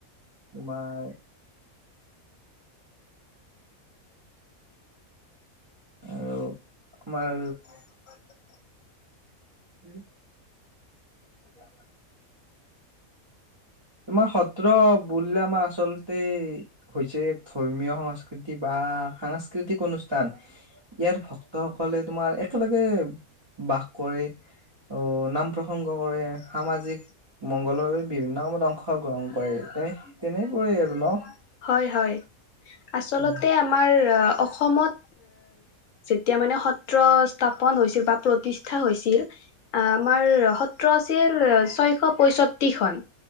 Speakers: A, on the right; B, on the left.
A: তোমাৰ
B: হয়।
A: আৰু আমাৰ উম <inaudible> এতা <inaudible> তোমাৰ সত্ৰ বুল আমাৰ আচলতে, হৈছে ধৰ্মীয় সংস্কৃতি, বা সাংস্কৃতিক অনুষ্ঠান, ইয়াৰ ভক্তসকলে তোমাৰ একেলগে, বাস কৰে ও' নাম প্ৰসংগ কৰে সামাজিক
B: <inaudible>
A: মংগলৰ বাবে বিভিন্ন কামত অংশগ্ৰহণ কৰে তেনে তেনেবোৰে আৰু ন
B: হয়-হয়, আচলতে
A: উম
B: আমাৰ অসমত যেতিয়া মানে সত্ৰ স্থাপন হৈছিল বা প্ৰতিষ্ঠা হৈছিল, আমাৰ সত্ৰ আছিল ছয়শ পয়ষষ্ঠিখনন